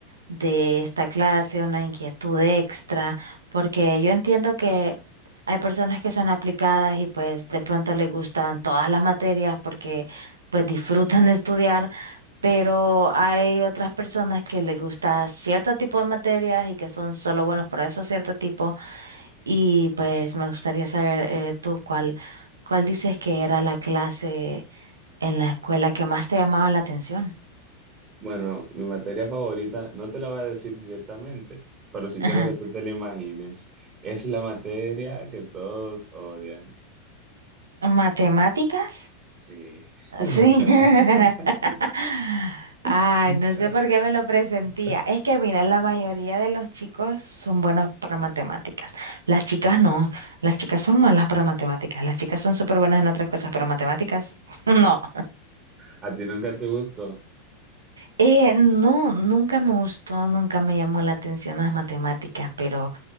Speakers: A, on the right; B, on the right.
A: de esta clase, una inquietud extra, porque yo entiendo que hay personas que son aplicadas y pues de pronto les gustan todas las materias porque pues disfrutan de estudiar. Pero hay otras personas que les gusta cierto tipo de materias y que son solo buenos para esos cierto tipo. Y pues me gustaría saber eh, tú cuál, cuál dices que era la clase en la escuela que más te llamaba la atención.
B: Bueno, mi materia favorita, no te la voy a decir directamente, pero sí
A: <laughs> Ajá.
B: quiero que tú te la imagines. Es la materia que todos odian.
A: ¿Matemáticas?
B: Sí, <laughs>
A: Sí.
B: matemáticas.
A: <laughs>
B: <laughs>
A: Ay, no sé por qué me lo presentía.
B: Ah.
A: Es que mira, la mayoría de los chicos son buenos para matemáticas. Las chicas no. Las chicas son malas para matemáticas. Las chicas son súper buenas en otras cosas, pero matemáticas <laughs> no.
B: A ti nunca te gustó.
A: Eh, no, nunca me gustó, nunca me llamó la atención las matemáticas, pero